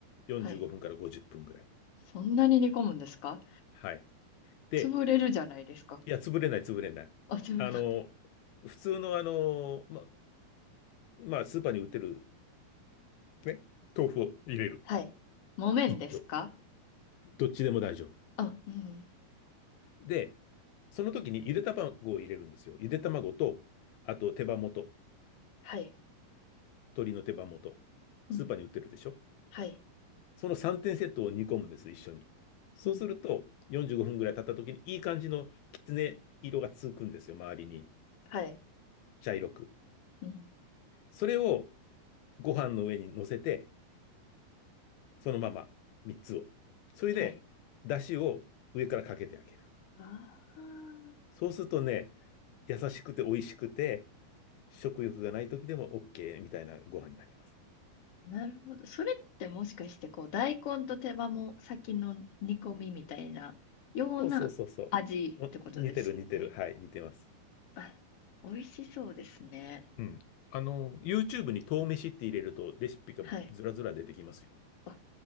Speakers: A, on the left; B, on the left.
A: 45分から50分ぐらい。
B: はい。そんなに煮込むんですか
A: はい。で、
B: 潰れるじゃないですか。
A: いや、潰れない、潰れない。
B: あ、潰れない。
A: あの、普通のあの、ま、まあ、スーパーに売ってる、ね、豆腐を入れる。
B: はい。木綿ですか
A: 一丁。どっちでも大丈夫。
B: あ、うん。
A: で、その時にゆで卵を入れるんですよ。ゆで卵と、あと手羽元、
B: はい。
A: 鶏の手羽元。
B: うん。
A: スーパーに売ってるでしょ
B: はい。
A: その3点セットを煮込むんです、一緒に。そうすると、
B: うん。
A: 45分ぐらい経った時にいい感じのきつね色がつくんですよ、周りに。
B: はい。
A: 茶色く。
B: うん。
A: それをご飯の上に乗せて、そのまま3つを。それで、
B: はい。
A: 出汁を上からかけてあげる。
B: ああ、
A: そうするとね、優しくて美味しくて、食欲がない時でも OK みたいなご飯になります。
B: なるほど。それってもしかして、こう、大根と手羽も先の煮込みみたいなような味ってことですよね。
A: そうそうそうそう。お似てる似てる。はい、似てます。
B: あ、美味しそうですね。
A: うん。あの、YouTube に豆飯って入れるとレシピがずらずら出てきますよ。
B: はい。あ、